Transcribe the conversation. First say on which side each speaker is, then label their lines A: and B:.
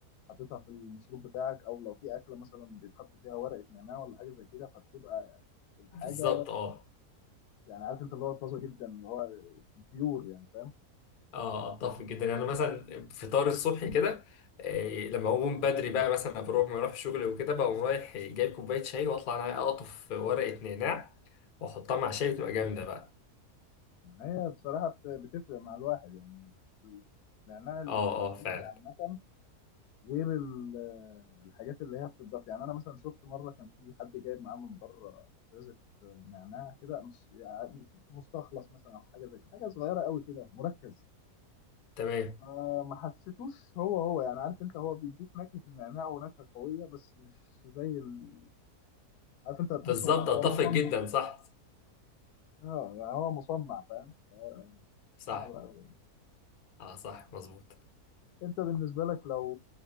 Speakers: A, on the left; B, on the left.
A: حاططها في المشروب بتاعك أو لو في أكلة مثلا بيتحط فيها ورقة نعناع ولا حاجة زي كده فبتبقى الحاجة
B: بالظبط اه
A: يعني عارف أنت اللي هو طازة جدا اللي هو بيور يعني فاهم
B: اه اتفق جدا يعني أنا مثلا فطار الصبح كده آه، لما اقوم بدري بقى مثلا بروح ما اروح شغل وكده بقوم رايح جايب كوبايه شاي واطلع انا اقطف ورقه نعناع واحطها مع شاي بتبقى جامده بقى
A: ما هي بصراحة بت- بتفرق مع الواحد يعني النعناع ال-
B: اه
A: البلدي
B: اه فعلا
A: عامة غير ال- الحاجات اللي هي بتضاف يعني أنا مثلا شفت مرة كان في حد جايب معاه من بره إزازة نعناع كده مش يعني مستخلص مثلا أو حاجة زي كده حاجة صغيرة قوي كده مركز
B: تمام
A: آه ما حسيتوش هو هو يعني عارف انت هو بيديك نكهة النعناع ونكهة قوية بس مش زي ال... عارف انت هتحسه
B: بالظبط
A: هو
B: اتفق
A: مصنع
B: جدا صح
A: اه يعني هو مصنع فاهم آه
B: صح
A: صعب قوي
B: اه صح مظبوط
A: انت بالنسبة لك لو